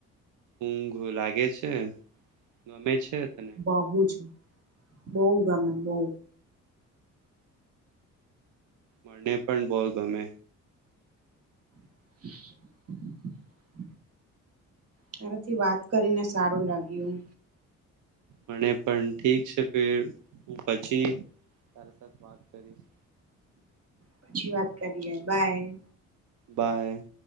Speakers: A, on the right; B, on the right.
A: ઊઘ લાગે છે ગમે છે. તને
B: બહુ જ બહુ ગમે બહુ.
A: મને પણ બહ ગમે.
B: <inaudible> તારથી વાત કરીને સારું લાગ્યું.
A: મને પણ ઠીક છે ફે હું પછી <inaudible>
B: પછી વાત કરીએ બાય.
A: બાય.